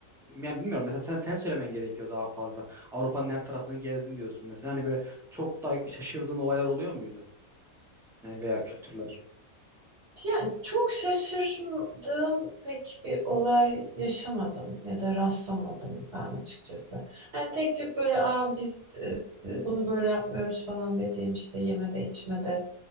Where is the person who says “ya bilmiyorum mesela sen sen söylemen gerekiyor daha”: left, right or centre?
Centre